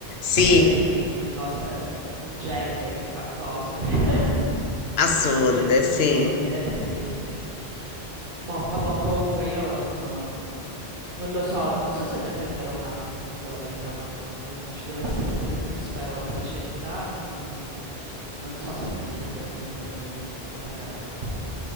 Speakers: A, on the left; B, on the right.
A: Sì,
B: Cioè, sento di, di cose, di gente che fa cose. <laughs>
A: assurde,
B: E di,
A: sì.
B: eh sì, sì. Boh, vabbè, comunque io non, ehm, non lo so, non so se ne prenderò un altro, ti dico la verità, quando lui non ci dovesse essere più, spero tra cent'anni, non so se mi riprendo un cagnolino, francamente.